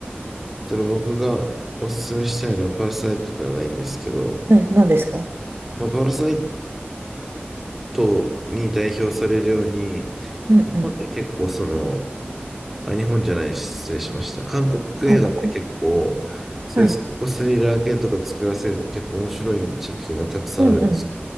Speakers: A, in the centre; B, on the right.
A: それ僕がおすすめしたいのはパラサイトではないんですけど、
B: ね、何ですか
A: まあ、パラサイトに代表されるように、
B: うんうん。
A: 日本って結構その、あ、日本じゃない、失礼しました。韓国映画って結構、
B: 韓国
A: そういうサイコスリラー系とか作らせると結構面白い作品がたくさんあるんです。
B: はい。うんう